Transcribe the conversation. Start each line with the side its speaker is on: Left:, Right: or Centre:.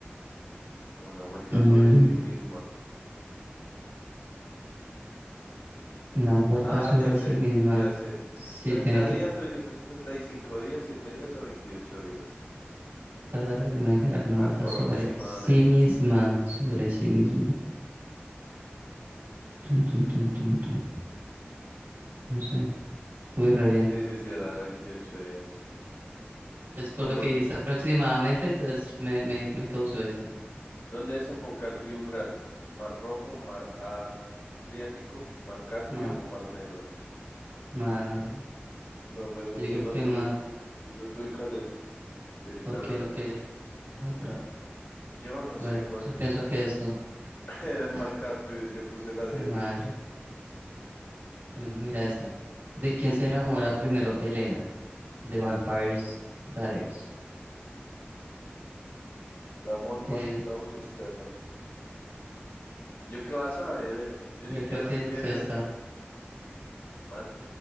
Left: Una vuelta
Right: Mm,
Left: sobre sí misma.
Right: una vuelta
Left: Ah,
Right: sobre
Left: ya sé,
Right: sí misma.
Left: ya sé.
Right: Sí,
Left: 30
Right: tiene que
Left: días, 375 días, 7 días o 28 días.
Right: tardar la luna en girar una vuelta
Left: Aproximadamente.
Right: sobre sí misma. Sobre sí misma. Tun, tun, tun, tun, tun. No sé. Uy, re bien.
Left: Sí, sí, sí, era 28 días.
Right: Pues por
Left: Como,
Right: lo que
Left: el-
Right: dijiste aproximadamente, entonces me, me, me causó eso.
Left: ¿dónde desemboca el río Ural? ¿Mar Rojo, Mar Adriático, Mar Caspio
Right: Mar,
Left: o Mar Negro?
Right: mar.
Left: No, pues eh,
Right: Digo
Left: dilo
Right: que
Left: tú,
Right: mar.
Left: y- dilo tú y Caleto. Y ahorita
Right: Ok,
Left: lo-
Right: ok. Otra.
Left: yo no
Right: Bueno,
Left: sé cuándo
Right: yo
Left: es.
Right: pienso que esto.
Left: <laughs> Era el
Right: Ah,
Left: Mar Caspio, yo puse el Adriático.
Right: jue madre. Bueno, mira esta. ¿De quién se enamora primero Elena? De Vampires Diaries.
Left: Damon,
Right: Eh,
Left: Matt, Klaus o Stefan. ¿Yo qué vas a saber? eh? Yo
Right: yo
Left: ni quiera
Right: creo que
Left: sé qué
Right: es
Left: era
Right: esta.
Left: eso. Matt.